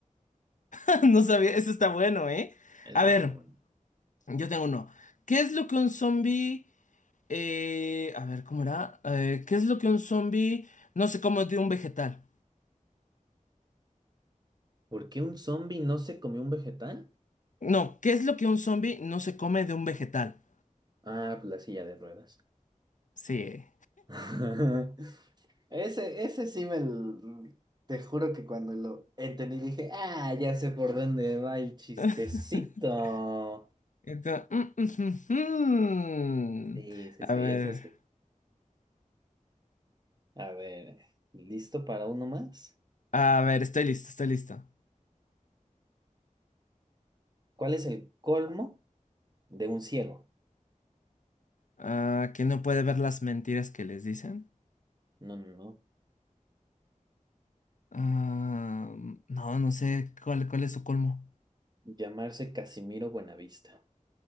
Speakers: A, on the left; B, on the right.
A: <laughs> No sabía, eso está bueno, ¿eh?
B: eso
A: A ver,
B: está bueno.
A: yo tengo uno. ¿Qué es lo que un zombie... eh, a ver, ¿cómo era? Eh, ¿qué es lo que un zombie no se come de un vegetal?
B: ¿Por qué un zombie no se comió un vegetal?
A: No, ¿qué es lo que un zombie no se come de un vegetal?
B: Ah, pues la silla de ruedas.
A: Sí.
B: <laughs> Ese, ese sí me... l- Te juro que cuando lo entendí dije, ah, ya sé por dónde va el chistecito.
A: <laughs> Entonces, mm, mm, mm,
B: Sí,
A: mm.
B: sí,
A: A
B: sí,
A: ver,
B: ese sí. A ver, ¿listo para uno más?
A: a ver, estoy listo, estoy listo.
B: ¿Cuál es el colmo de un ciego?
A: Ah, que no puede ver las mentiras que les dicen.
B: No, no, no.
A: Ah, no, no sé cuál, cuál es su colmo.
B: Llamarse Casimiro Buenavista.